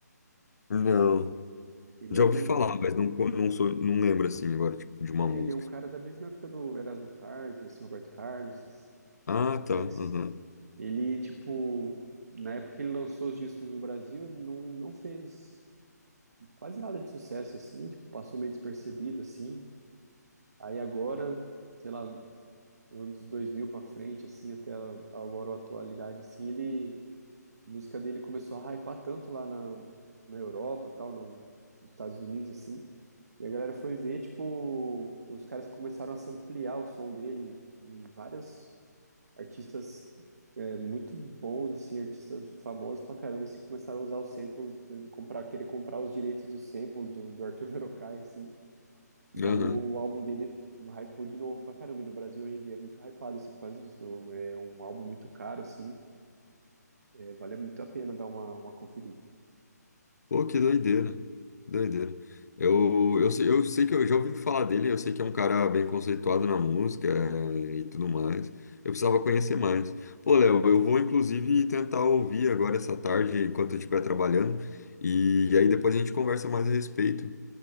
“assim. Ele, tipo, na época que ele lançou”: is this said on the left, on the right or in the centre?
Right